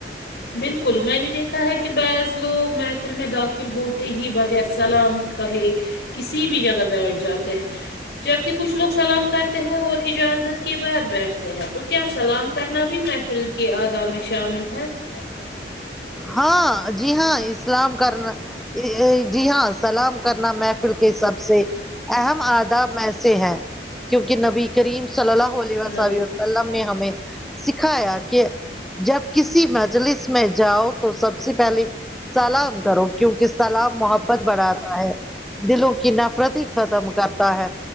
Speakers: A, on the left; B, in the centre.
A: بالکل میں نے دیکھا ہے کہ بعض لوگ محفل میں داخل ہوتے ہی بغیر سلام کہے کسی بھی جگہ بیٹھ جاتے ہیں جبک کچھ لوگ سلام کرتے ہیں اور اجازت کے بعد بیٹھتے ہیں تو کیا سلام کرنا بھی محفل کے اعدا میں شامل ہاں <unintelligible>
B: ہاں جی ہاں سلام کرنا جی ہاں سلام کرنا محفل کے سب سے اہم آداب میں سے ہے کیونکہ نبی کریم صلی اللہ علیہ وسسلم
A: صلی اللہ علیہ وسلم
B: نے ہمیں سکھایا کہ جب کسی مجلس میں جاؤ تو سب سے پہلے سلام کرو کیونکہ سلام محبت بڑھاتا ہے دلوں کی نفرت ہی ختم کرتا ہے